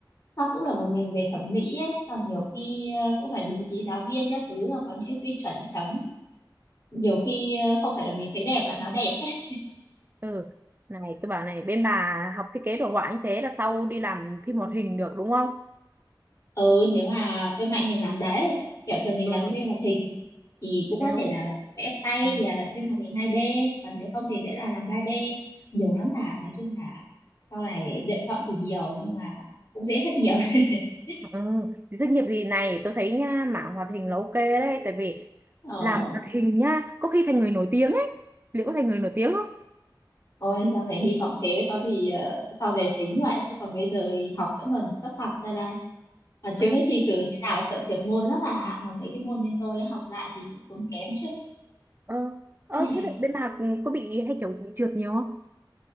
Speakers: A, on the left; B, on the right.
A: nó cũng là một ngành về thẩm mỹ ấy, sau nhiều khi ờ, cũng phải đúng ý giáo viên các thứ là có những cái quy chuẩn chấm nhiều khi ờ, không phải là mình thấy đẹp là nó đẹp ấy.
B: ừ này tôi bảo này bên bà học thiết kế đồ họa như thế là sau đi làm phim hoạt hình được đúng không
A: ừ nếu mà tôi mạnh thì dáng đấy kiểu thường thì
B: ừ
A: làm cái phim hoạt hình thì
B: nếu
A: cũng có thể là vẽ tay
B: ừ.
A: thì là làm phim hoạt hình 2D còn nếu không thì sẽ là làm 3D nhiều lắm bạn nói chung là sau này lựa chọn thì nhiều nhưng mà cũng dễ thất nghiệp <laughs>
B: ừ. Thì doanh nghiệp gì này tôi thấy nha mảng hoạt hình là ok đấy tại vì
A: ờ
B: làm hoạt hình nhá có khi thành người nổi tiếng ấy liệu có thành người nổi tiếng không
A: ôi sau này hy vọng thế có gì ờ, sau này tính vậy chứ còn bây giờ thì học vẫn còn sắp mặt ra đây còn chưa
B: ừ
A: biết thi cử như nào sợ trượt môn lắm à mà mấy cái môn bên tôi ấy, học lại thì cũng tốn kém chứ
B: ờ ờ
A: <laughs>
B: thế vậy bên bà có bị hay kiểu bị trượt nhiều không